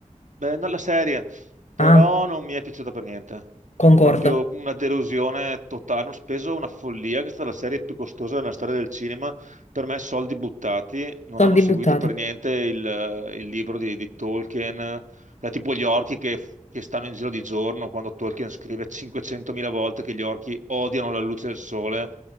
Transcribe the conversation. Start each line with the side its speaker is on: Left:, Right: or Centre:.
Right: Eh, no, la serie, però
Left: Ah,
Right: non mi è piaciuta per niente.
Left: concordo.
Right: Proprio una delusione totale. Hanno speso una follia, che è stata la serie più costosa della storia del cinema. Per me, soldi buttati. Non
Left: Soldi
Right: hanno seguito
Left: buttati.
Right: per niente il, eh, il libro di, di Tolkien. Eh, tipo gli orchi che, che stanno in giro di giorno, quando Tolkien scrive 500.000 volte che gli orchi odiano la luce del sole.